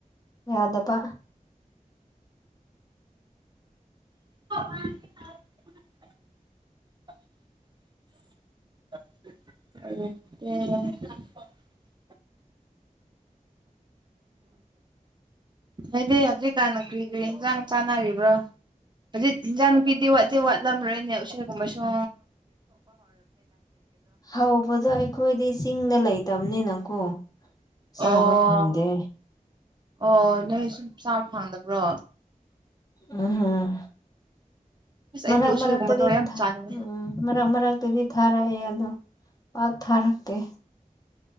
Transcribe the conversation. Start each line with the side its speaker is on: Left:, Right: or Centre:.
Left: ꯌꯥꯗꯕ
Right: <unintelligible> ꯑꯣ ꯍꯥꯏꯗꯤ ꯍꯧꯖꯤꯛꯀꯥꯟꯅ ꯀꯔꯤ ꯀꯔꯤ ꯌꯦꯟꯁꯥꯡ ꯆꯥꯟꯅꯔꯤꯕ꯭ꯔꯣ ꯍꯧꯖꯤꯛ ꯏꯟꯖꯥꯡꯅꯨꯄꯤꯗꯤ ꯋꯥꯠꯆ ꯋꯥꯠꯂꯝꯔꯣꯏꯅꯦ ꯎꯁꫭꯏ ꯒꯨꯝꯕ ꯁꯨꯝ
Left: ꯍꯧꯕꯗꯣ ꯑꯩꯈꯣꯏꯗꯤ ꯆꯤꯡꯗ ꯂꯩꯇꯕꯅꯤꯅꯀꯣ ꯆꯥꯕ
Right: ꯑꯣ
Left: ꯐꯪꯗꯦ
Right: ꯑꯣ ꯅꯣꯏ ꯁꯨꯝ ꯆꯥꯕ ꯐꯪꯗꯕ꯭ꯔꯣ
Left: ꯎꯝ
Right: ꯑꯁ
Left: ꯃꯔꯛ
Right: ꯑꯩꯗꯤ ꯎꯁꯣꯏꯒꯨꯝꯕꯗꯣ
Left: ꯃꯔꯛ ꯇꯗꯤ ꯏꯊ
Right: ꯌꯥꯝ ꯆꯥꯅꯤꯡꯉꯦ
Left: ꯎꯝ ꯃꯔꯛ ꯃꯔꯛ ꯇꯗꯤ ꯊꯥꯔꯛꯑꯦ ꯑꯗꯣ ꯄꯥꯛ ꯊꯥꯔꯛꯇꯦ